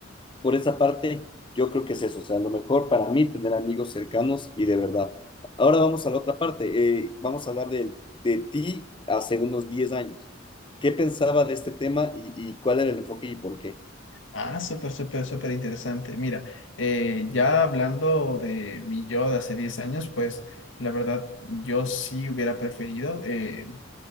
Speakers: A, on the left; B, on the left.
A: por esa parte, yo creo que es eso. O sea, lo mejor para mí tener amigos cercanos y de verdad. Ahora vamos a la otra parte. eh, vamos a hablar de, de ti hace unos 10 años. ¿Qué pensaba de este tema y, y cuál era el enfoque y por qué?
B: Ah, súper, súper, súper interesante. Mira, eh, ya hablando de mi yo de hace 10 años, pues la verdad yo sí hubiera preferido eh,